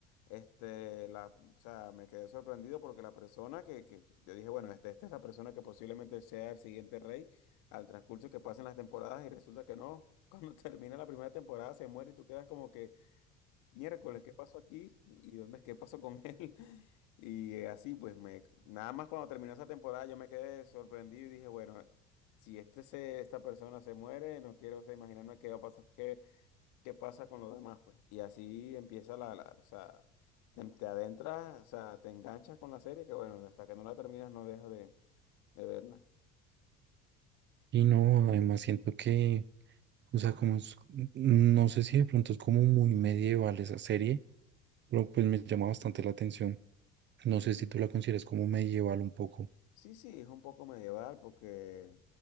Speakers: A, on the left (about 60°); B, on the right (about 35°).
A: este, la, o sea, me quedé sorprendido porque la persona que, que yo dije, bueno, este, esta es la persona que posiblemente sea el siguiente rey al transcurso que pasen las temporadas y resulta que no, <laughs> cuando termina la primera temporada se muere y tú quedas como que, miércoles, ¿qué pasó aquí? ¿Y dónde, qué pasó con él? <laughs> Y eh, así, pues, me, nada más cuando terminó esa temporada yo me quedé sorprendido y dije, bueno, si este se, esta persona se muere, no quiero o sea, imaginarme qué va a pasar, qué qué pasa con los demás, pues. Y así empieza la, la, o sea, te, te adentras, o sea, te enganchas con la serie, que bueno, hasta que no la terminas no dejas de, de verla.
B: Y no, además siento que O sea, como es- mm, no sé si de pronto es como muy medieval esa serie, pero pues me llama bastante la atención. No
A: Sí,
B: sé si tú la consideras como medieval un poco.
A: sí, sí, es un poco medieval, porque